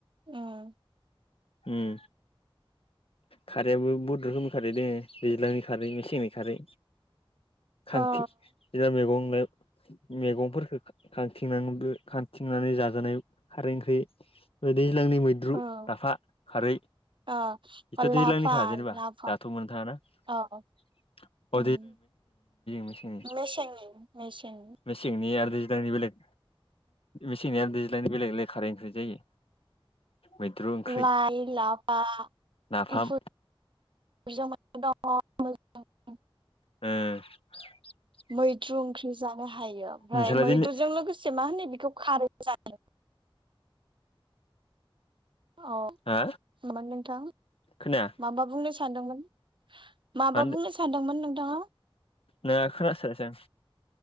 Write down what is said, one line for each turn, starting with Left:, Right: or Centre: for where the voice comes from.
Right: उम
Left: उम खारैयाबो बुहद रोखोमनिबो खारै दोङो दैज्लांनि खारै मेसेंनि खारै खांखि
Right: ओ
Left: आओजा मैगं लाय मेगंफोरखौ खांथिं खांथिंनानै जाजानाय खारै ओंख्रि बिदि लांनि मैद्रु
Right: ओ
Left: लाफा खारै
Right: अ
Left: बेथ'
Right: अ लाफा
Left: दैलांनिखा जेनेबा
Right: लाफा
Left: दाथ' मोननो थाङाना
Right: अ
Left: <unintelligible>
Right: उम
Left: मेसेंनि
Right: मेसेंनि मेसेंनि
Left: मेसेंनि आरो दैज्लांनि बेलेग मेसेंनि दैज्लांनि बेलेग बेलेग खारै ओंख्रि जायो मैद्रु ओंख्रि
Right: लाइ लाफा
Left: नाफाम
Right: <unintelligible> <unintelligible>
Left: <unintelligible>
Right: मैद्रु ओंख्रि जानो हायो ओमफ्राय
Left: नोंस्रालाय
Right: मैद्रुजों
Left: दिनै
Right: लोगोसे मा होनो बेखौ खारैबो जायो अ
Left: हा
Right: हेलौ नोंथां
Left: खोनाया
Right: माबा बुंनो सानदोंमोन माबा
Left: मा होनदो
Right: बुंनो सानदोंमोन नोंथाङा
Left: मा खोनास्रायासै आं